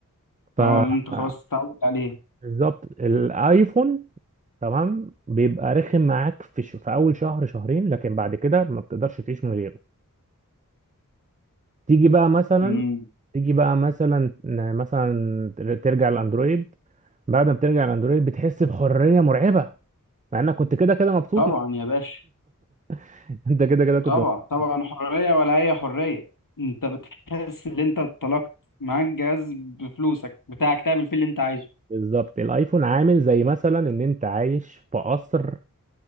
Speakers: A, on the right (about 25°); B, on the left (about 75°).
A: ف
B: اه اللي انت خلاص
A: مم.
B: اتعودت عليه
A: بالظبط الايفون تمام بيبقى رخم معاك في ش... في اول شهر شهرين لكن بعد كده ما بتقدرش تعيش من غيره تيجي بقى مثلا
B: مم.
A: تيجي بقى مثلا مثلا ترجع الاندرويد بعد ما بترجع الاندرويد بتحس بحرية مرعبة مع انك كنت كده كده مبسوط
B: طبعا يا باشا
A: <laughs> انت كده كده كنت
B: طبعا
A: مبسوط.
B: طبعا حرية ولا أي حرية أنت بتحس إن أنت اتطلقت معاك جهاز بفلوسك بتاعك تعمل فيه اللي أنت عايزه
A: بالظبط الايفون عامل زي مثلا ان انت عايش في قصر